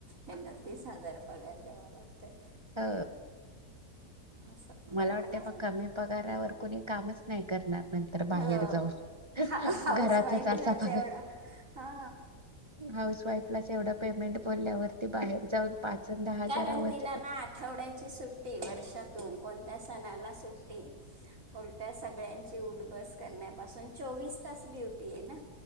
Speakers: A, on the right; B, on the right.
A: हेना तीस हजार पगार द्यावा लागतोय.
B: हा
A: असं
B: मला
A: पण आता
B: वाटतंय
A: काय
B: म कमी पगारावर कुणी कामच नाही करणार नंतर बाहेर
A: हो
B: जाऊ
A: हा हाऊस
B: घरातच
A: वाईफलाच
B: असा पगार
A: एवढा हा
B: हाऊस वाईफ आपलाच एवढा पेमेंट बोलल्यावरती बाहेर जाऊन पाच अन् दहा हजारावर
A: कारण तिला ना आठवड्याची सुट्टी वर्षात कोणत्या सणाला सुट्टी उलट्या सगळ्यांची उठ बस करण्यापासून चोवीस तास ड्युटी हे ना.